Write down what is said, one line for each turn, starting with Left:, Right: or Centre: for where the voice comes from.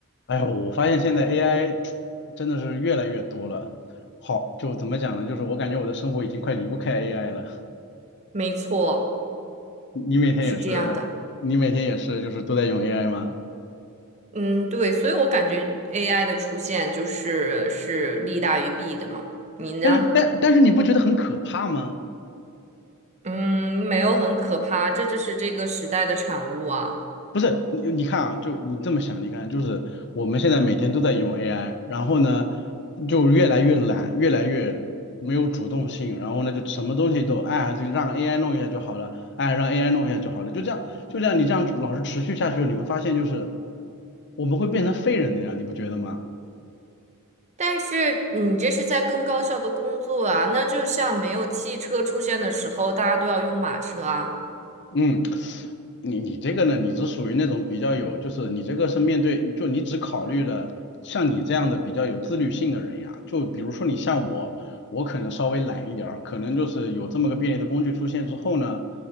Left: 哎呦，我发现现在 AI 真的是越来越多了。好，就怎么讲呢？就是我感觉我的生活已经快离不开 AI 了。
Right: 没错，
Left: <laughs> 你每天也是，
Right: 是这样的。
Left: 你每天也是，就是都在用 AI 吗？
Right: 嗯，对，所以我感觉 AI 的出现就是是利大于弊的嘛。你呢？
Left: 但是，但但是你不觉得很可怕吗？
Right: 嗯，没有很可怕，这就是这个时代的产物啊。
Left: 不是你，你看啊，就你这么想，你看，就是我们现在每天都在用 AI，然后呢，就越来越懒，越来越没有主动性，然后呢，就什么东西都，哎，就让 AI 弄一下就好了，哎，让 AI 弄一下就好了，就这样，就这样，你这样老是持续下去，你会发现就是我们会变成废人的呀，你不觉得吗？
Right: 但是你这是在更高效的工作啊，那就像没有汽车出现的时候，大家都要用马车啊。
Left: 嗯，你你这个呢，你只属于那种比较有，就是你这个是面对，就你只考虑了像你这样的比较有自律性的人呀。就比如说你像我，我可能稍微懒一点儿，可能就是有这么个便利的工具出现之后呢，